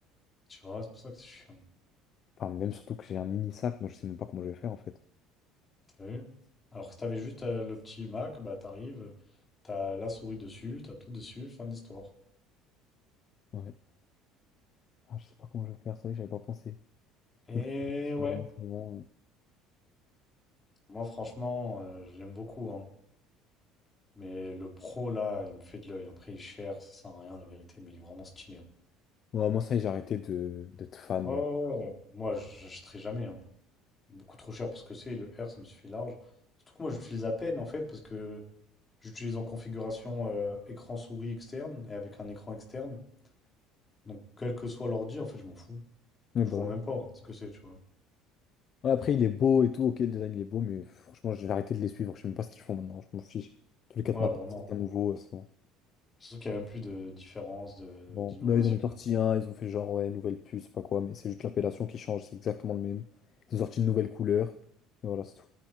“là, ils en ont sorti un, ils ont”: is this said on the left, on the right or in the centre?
Left